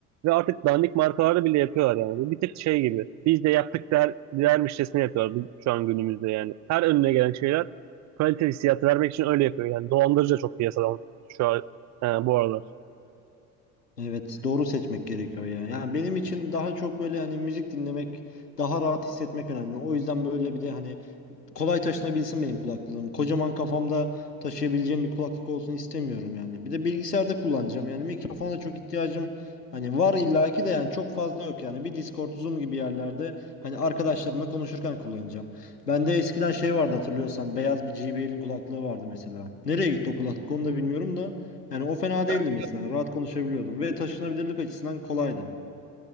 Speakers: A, on the right (about 35°); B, on the left (about 85°).
A: ve artık dandik markalarda bile yapıyorlar yani. Bu bir tık şey gibi. Biz de yaptık der, dermişçesine yapıyorlar bu- şu an günümüzde yani. Her önüne gelen şeyler kaliteli hissiyatı vermek için öyle yapıyor. Yani dolandırıcı da çok piyasadan şu an e, bu aralar.
B: Evet doğru seçmek gerekiyor ya. Yani benim için daha çok böyle hani müzik dinlemek daha rahat hissetmek önemli. O yüzden böyle bir de hani kolay taşınabilsin benim kulaklığım. Kocaman kafamda taşıyabileceğim bir kulaklık olsun istemiyorum yani. Bir de bilgisayarda kullanacağım yani mikrofona çok ihtiyacım hani var illaki de yani çok fazla yok yani. Bir Discord, Zoom gibi yerlerde hani arkadaşlarımla konuşurken kullanacağım. Bende eskiden şey vardı hatırlıyorsan beyaz bir JBL'in kulaklığı vardı mesela. Nereye gitti o kulaklık onu da bilmiyorum da yani o fena
A: Ben,
B: değildi mesela. Rahat konuşabiliyordum ve taşınabilirlik açısından kolaydı.